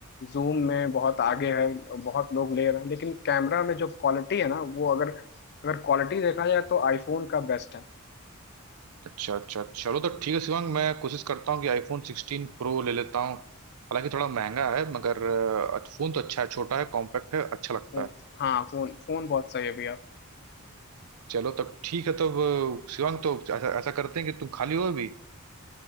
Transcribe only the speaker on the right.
अच्छा अच्छा चलो तो ठीक है शिवांग मैं कोशिश करता हूँ कि आईफोन सिक्सटीन प्रो ले लेता हूँ हालांकि थोड़ा महंगा है मगर अ, फोन तो अच्छा है छोटा है कॉम्पैक्ट है अच्छा लगता
है
चलो तब ठीक है तब अ, शिवांग तो ऐसा ऐसा करते हैं कि तुम खाली हो अभी